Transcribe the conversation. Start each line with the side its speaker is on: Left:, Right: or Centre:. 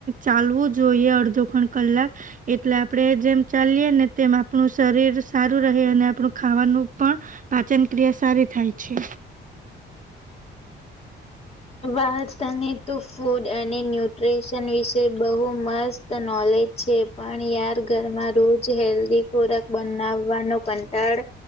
Right: ચાલવું જ જોઈએ અડધો ખણ કલાક એટલે આપડે જેમ ચાલીય ને તેમ આપણું શરીર સારું અને આપણું ખાવાનું પણ પાચન ક્રિયા સારી થાય છે
Left: <inaudible> વા તને તો ફૂડ અને ન્યુટ્રી્રીશન વિશે બહુ મસ્ત નોલેજ છે પણ યાર ઘરમાં રોજ હેલ્ધ ખોરાક બનાવવાનો ક કંટા